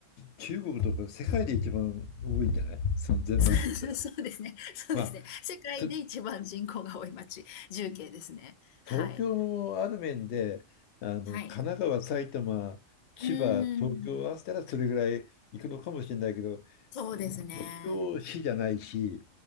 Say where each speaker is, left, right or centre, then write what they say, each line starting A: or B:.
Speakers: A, on the left; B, on the left.
A: 中国とか世界で一番多いんじゃない ?3000
B: <laughs> そうそうそうですね。
A: 万だったら。
B: そうですね。
A: まあ、
B: 世界で一番人口が多い町、
A: と
B: 重慶ですね。はい。
A: 東京もある面で、あの、
B: はい。
A: 神奈川、埼玉、千葉、
B: うーん。
A: 東京を合わせたらそれぐらい行くのかもしれないけど、
B: そうですね。
A: でも東京市じゃないし、